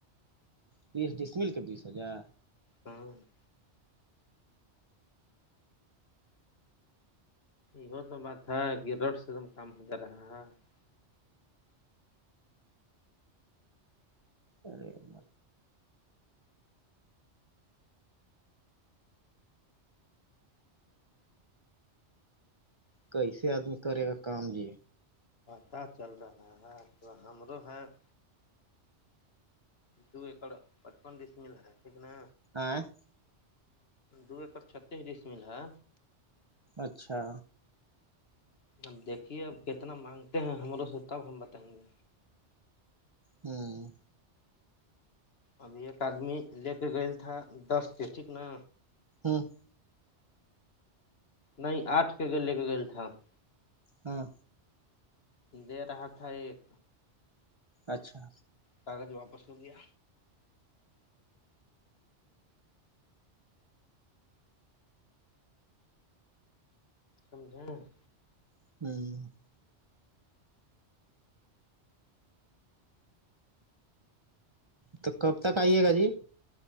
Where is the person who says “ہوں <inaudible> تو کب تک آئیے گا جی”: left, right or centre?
Right